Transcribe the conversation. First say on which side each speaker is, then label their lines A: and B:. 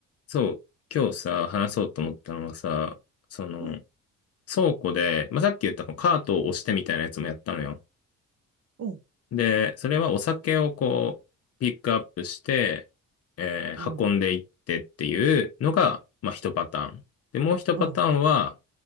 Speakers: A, on the left; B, on the right.
A: そう、今日さ、話そうと思ったのはさ、その、
B: うん、
A: 倉庫で、まあ、さっき言ったこうカートを押してみたいなやつもやったのよ。
B: うん、
A: で、それはお酒をこう、ピックアップして、えー運んでいってっていうのが、
B: うん、
A: まあ、一パターン。で、もう一パターンは、
B: うん。